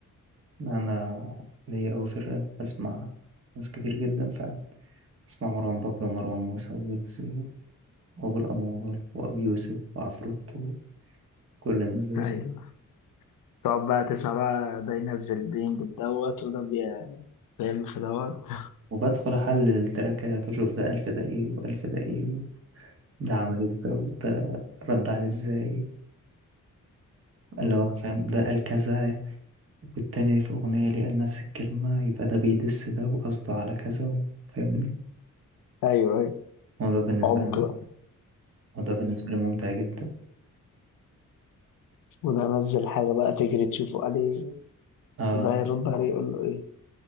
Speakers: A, on the right (about 45°); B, on the left (about 85°).
A: أنا ليا أوي في الراب بسمع ناس كتير جدا فعلا بسمع مروان بابلو ومروان موسى وويجز وأبو الأنوار وأبي يوسف وعفروتو كل الناس دي بسمع
B: <laughs> أيوه تقعد بقى تسمع بقى ده ينزل بينج في دوت وده بي- بيعمل في دوت
A: وبدخل أحلل التراكات وأشوف ده ألف ده إيه وألف ده إيه ده عمل إيه في ده وده رد عليه إزاي اللي
B: مم.
A: هو فاهم ده قال كذا والتاني في أغنية ليه قال نفس الكلمة يبقى ده بيدس ده وقصده على كذا و... فاهمني
B: ايوه ايوه
A: وده بالنسبة
B: عمق
A: لي
B: بقى
A: وده بالنسبة لي ممتع جدا
B: وده نزل حاجة بقى تجري تشوفه عليه
A: اه
B: وده يرد عليه يقول له ايه